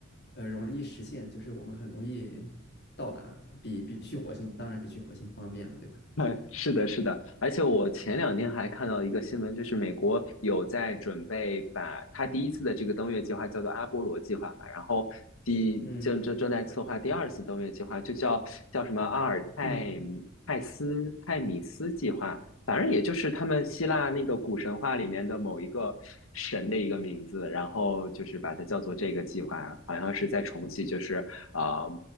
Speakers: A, on the left; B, on the left.
A: 呃，容易实现，就是我们很容易到达，比比去火星，当然比去火星方便了，对吧？
B: <laughs> 哎，是的，是的，而且我前两天还看到一个新闻，就是美国有在准备把它第一次的这个登月计划叫做阿波罗计划嘛，然后第正正正在策划第二次登月计划，
A: 嗯，
B: 就叫叫什么阿尔泰泰斯泰米斯计划，
A: 是吗？
B: 反正也就是他们希腊那个古神话里面的某一个神的一个名字，然后就是把它叫做这个计划，好像是在重启，就是啊。呃